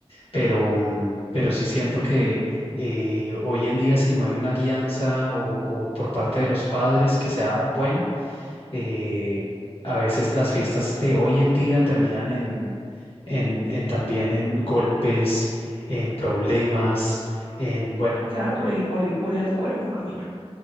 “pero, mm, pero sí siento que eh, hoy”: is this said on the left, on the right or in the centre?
Left